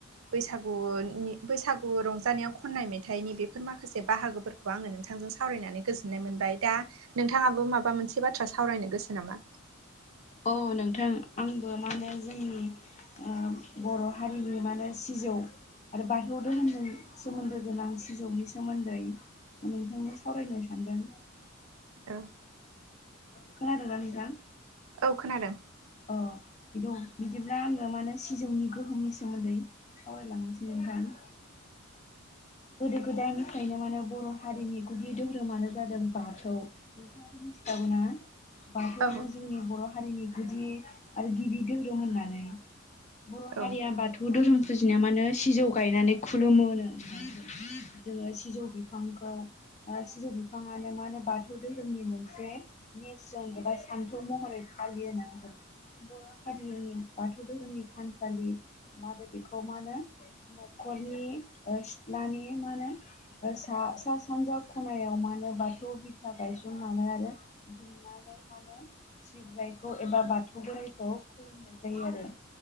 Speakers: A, on the right; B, on the left.
A: बैसागुनि बैसागु रंजानायाव खननाय मेथाइनि बेफोर माखासे बाहागोफोरखौ आङो नोंथां जों सावरायनानै गोजोननाय मोनबाय दा नोंथाङाबो माबा मोनसे बाथ्रा बाथ्रा सावरायनो गोसो नामा?
B: औ नोंथां आंबो मा होने जोंनि ओ बर' हारिनि मा होनो सिजौ आरो बाथौआव दोहोनजों सोमोन्दो गोनां सिजौनि सोमोन्दै नोंथांनो सावरायनो सानदों।
A: औ
B: खोनादोंना नोंथां
A: औ खोनादों
B: अ बि बिदिब्ला आङो माने सिजौनि गोहोमनि सोमोन्दै सावरायलांनोसै नोंथां
A: <inaudible>
B: गोदो गोदायनिफ्रायनो माने बर' हारिनि गुदि धोरोमानो जादों बाथौ मिथिखागौना बाथौआनो
A: औ
B: जोंनि बर' हारिनि गुदि आरो गिबि दोहोरोम होननानै बर'
A: औ
B: हारिया बाथौ धोरोम फुजिनाय मानो सिजौ गायनानै खुलुमो जोङो सिजौ बिफांखौ सिजौ बिफाङानो मा होनो बाथौ धोरोमनि मोनसे नेरसोन एबा सान्थौ महरै फालियो होनना बुंदों बर' हारिनि बाथौ धोरोमनि थानसालि मानो बेखौ मा होनो नख'रनि लानि मा होनो सा सानजा खनायाव मा होनो बाथौ बिथा गायसननानै आरो दुमनानै मानो सिब्रायखौ एबा बाथौ बोराइखौ खुलुमनाय जायो आरो